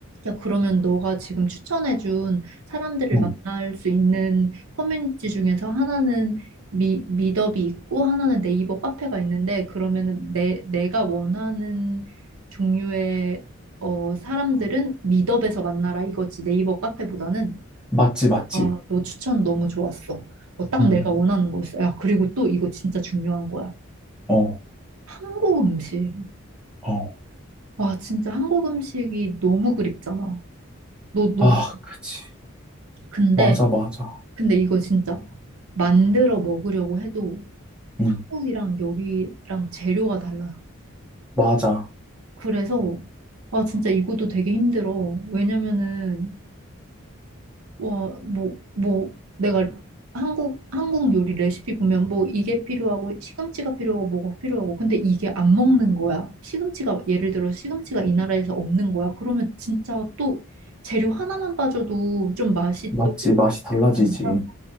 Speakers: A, on the right (about 80°); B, in the centre.
A: 야, 그러면 너가 지금 추천해준 사람들을
B: 음.
A: 만날 수 있는 커뮤니티 중에서 하나는 미, 밋업이 있고 하나는 네이버 카페가 있는데 그러면은 내, 내가 원하는 종류의 어, 사람들은 밋업에서 만나라 이거지 네이버 카페보다는
B: 맞지, 맞지.
A: 아, 너 추천 너무 좋았어. 어, 딱
B: 음.
A: 내가 원하는 거였어. 야, 그리고 또 이거 진짜 중요한 거야.
B: 어.
A: 한국 음식.
B: 어.
A: 와, 진짜 한국 음식이 너무 그립잖아. 너, 너도
B: 아, 그치.
A: 근데
B: 맞아, 맞아.
A: 근데 이거 진짜 만들어 먹으려고 해도
B: 응,
A: 한국이랑 여기랑 재료가 달라요.
B: 맞아.
A: 그래서 아 진짜 이것도 되게 힘들어. 왜냐면은 와 뭐 뭐 내가 한국 한국 요리 레시피 보면 뭐 이게 필요하고 시금치가 필요하고 뭐가 필요하고 근데 이게 안 먹는 거야. 시금치가 예를 들어 시금치가 이 나라에서 없는 거야. 그러면 진짜 또 재료 하나만 빠져도 좀 맛이
B: 맞지,
A: 또
B: 맛이 달라지지.
A: 괜찮아.